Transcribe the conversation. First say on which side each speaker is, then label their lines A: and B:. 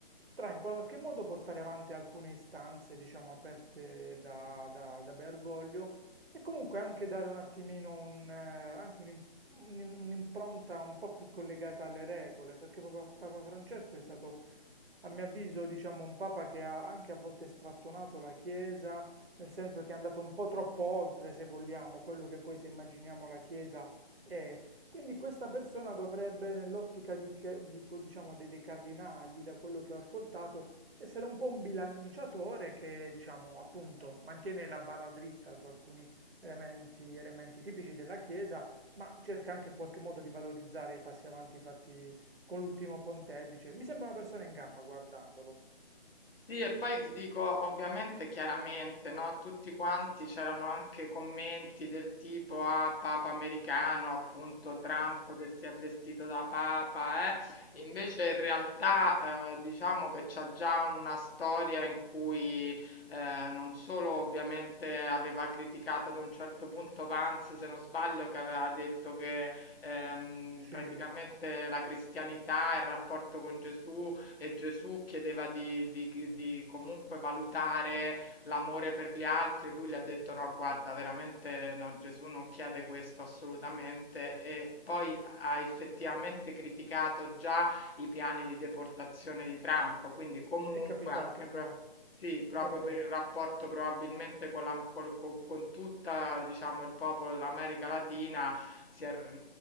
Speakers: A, on the right; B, on the left.
A: tra in qualche modo portare avanti alcune istanze, diciamo, aperte da, da, da Bergoglio e comunque anche dare un attimino un, eh, anche un im- un im- un'impronta un po' più collegata alle regole, perché Papa, Papa Francesco è stato, a mio avviso, diciamo, un papa che ha anche a volte strattonato la Chiesa nel senso che è andato un po' troppo oltre, se vogliamo, quello che poi se immaginiamo la Chiesa è. Quindi questa persona dovrebbe, nell'ottica di che- di que- diciamo, dei, dei cardinali, da quello che ho ascoltato, essere un po' un bilanciatore che, diciamo, appunto, mantiene la barra dritta su alcuni elementi, elementi tipici della Chiesa, ma cerca anche in qualche modo di valorizzare i passi avanti fatti con l'ultimo pontefice. Mi sembra una persona in gamba guardandolo.
B: Sì, e poi ti dico, ovviamente, chiaramente, no, tutti quanti c'erano anche commenti del tipo ah, Papa americano, appunto Trump che si è vestito da Papa, eh. Invece in realtà eh, diciamo che c'è già una storia in cui eh, non solo ovviamente aveva criticato ad un certo punto Vance, se non sbaglio, che aveva detto che ehm,
A: Sì,
B: praticamente la cristianità e il rapporto con Gesù e Gesù chiedeva di, di, di comunque valutare l'amore per gli altri, lui gli ha detto no, guarda, veramente no, Gesù non chiede questo assolutamente e poi ha effettivamente criticato già i piani di deportazione di Trump, quindi comunque
A: è capitato,
B: anche...
A: è vero,
B: pro- Sì, proprio
A: è vero.
B: per il rapporto probabilmente con, la, col- con, con tutta, diciamo, il popolo dell'America Latina si è, r-